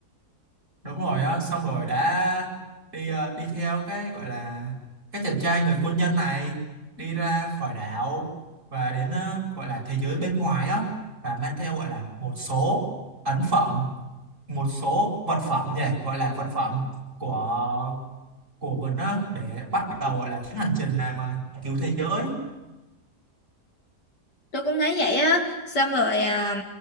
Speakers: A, on the right; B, on the left.
A: đúng rồi á xong rồi đã đi ờ, đi theo cái gọi là cái chàng trai người quân nhân này đi ra khỏi đảo và đến ờ, gọi là thế giới bên ngoài á và mang theo gọi là một số ấn phẩm một số vật phẩm nhỉ gọi là vật phẩm của của mình á để bắt đầu gọi là chuyến hành trình này mà cứu thế giới
B: tôi cũng thấy vậy á xong rồi à,